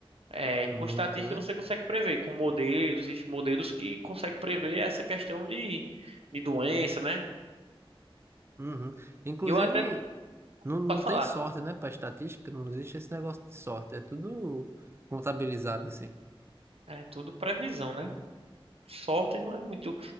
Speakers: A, on the right (about 80°); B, on the right (about 25°).
A: É,
B: Muito,
A: com estatística
B: né?
A: você consegue prever, com modelos, existem modelos que conseguem prever essa questão de, de doença, né?
B: Uhum. Inclusive.
A: E eu até,
B: Não, não
A: pode falar,
B: tem sorte, né? Pra estatística, não existe esse negócio de sorte. É tudo contabilizado, assim.
A: é tudo previsão, né? Sorte não é muito.